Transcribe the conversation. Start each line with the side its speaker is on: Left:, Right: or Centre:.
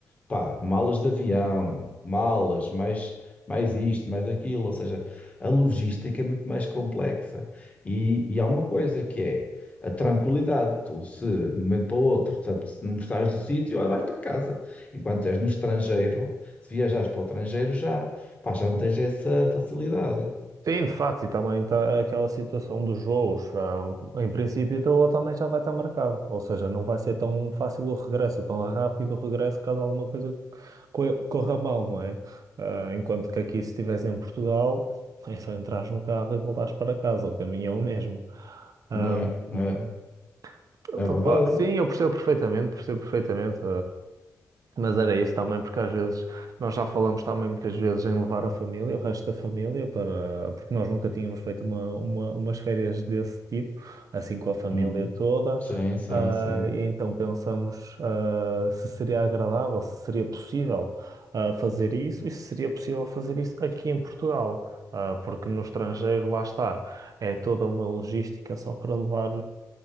Left: pá, malas de avião, malas, mais, mais isto, mais aquilo. Ou seja, a logística é muito mais complexa. E, e há uma coisa que é a tranquilidade. Tu, se de um momento para o outro, se se não gostares do sítio, olha, vais para casa. Enquanto és no estrangeiro, se viajares para o estrangeiro, já, pá, já não tens essa facilidade.
Right: Sim, de facto, e também está aquela situação dos voos. ah, Em princípio, o teu também já vai estar marcado. Ou seja, não vai ser tão fácil o regresso, tão rápido o regresso, caso alguma coisa co- corra mal, não é? Ah, Enquanto que aqui, se estivesse em Portugal, é só entrares no carro e voltares para casa. O caminho é o mesmo. Ah,
Left: Não é,
Right: hum,
Left: não é,
Right: portanto,
Left: é verdade.
Right: pá, sim, eu percebo perfeitamente, percebo perfeitamente. Mas era isso também, porque às vezes nós já falamos também muitas vezes em levar a família, o resto da família, para, porque nós nunca tínhamos feito uma, uma, umas férias desse tipo, assim com a família
Left: Hum,
Right: toda.
Left: sim, sim,
Right: Ah,
Left: sim.
Right: e então pensamos, ah, se seria agradável, se seria possível, ah, fazer isso e se seria possível fazer isso aqui em Portugal. Ah, porque no estrangeiro, lá está, é toda uma logística só para levar